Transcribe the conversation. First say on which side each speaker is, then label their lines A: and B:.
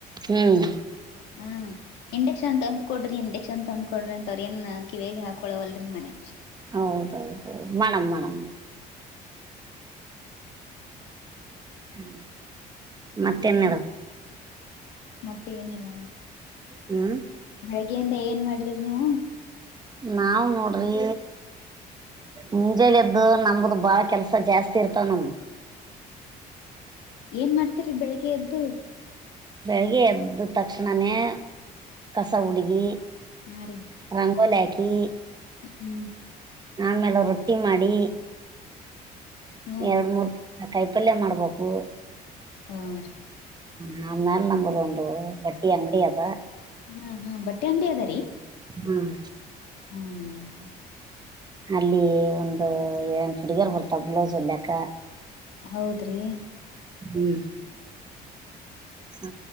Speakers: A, on the right; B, on the left.
A: ಹ್ಮ್
B: ಹಾ ಇಂಡಕ್ಷನ್ ತಂದ್ ಕೊಡ್ರಿ ಇಂಡಕ್ಷನ್ ತಂದ್ ಕೊಡ್ರಿ ಅಂತ ಕಿವಗೆ ಹಾಕೊಳವಲ್ರರಿ ಮನೆ
A: ಹೌದೌದೌದು ಮಣ್ ಮಣಮ ಹ ಮತ್ತೆನ್ಡ
B: ಮತ್ತ ಏನಿಲ್ಲ
A: ಹ್ಮ್
B: ಬೆಳಗ್ಯಿಂದ ಏನ್ ಮಾಡಿದ್ರಿ ನೀವು
A: ನಾವ್ ನೋಡ್ರಿ ಮುಂಜಳೆದ್ದು ನಮ್ದ ಬಾಳ ಕೆಲ್ಸ ಜಾಸ್ತಿ ಇರ್ತವ ನಮ
B: ಏನ್ ಮಾಡ್ತೀರಿ ಬೆಳಿಗ್ಗೆ ಎದ್ದು.
A: ಬೆಳಗ್ಗೆ ಎದ್ದ್ ತಕ್ಷಣನೆ ಕಸ ಹುಡುಗಿ.
B: ಹಾ ರೀ
A: ರಂಗೋಲೆ ಹಾಕಿ.
B: ಹ್ಮ್
A: ಆಮೇಲೆ ರೊಟ್ಟಿ ಮಾಡಿ.
B: ಹ್ಮ್
A: ಎರಡು ಮೂರ್ ತರ ಕೈಪಲ್ಯ ಮಾಡ್ಬೇಕು.
B: ಹಾರಿ.
A: ನಮ್ಮನೇಲ್ ನಮ್ಗದೊಂದು ಬಟ್ಟಿ ಅಂಗಡಿ ಅದ.
B: ಹಾ ಹಾ ಬಟ್ಟೆ ಅಂಗಡಿ ಅದಾರೀ.
A: ಹ್ಮ್
B: ಹ್ಮ ರೀ ಅತು.
A: ಅಲ್ಲಿ ಒಂದು ಎಂಟ್ ಹುಡುಗಿಯರ್ ಬರ್ತಾವ ಬ್ಲೈಸ್ ಹೊಲಿಯಕ್ಕ.
B: ಹೌದ್ರಿ
A: ಹ್ಮ್ ಹ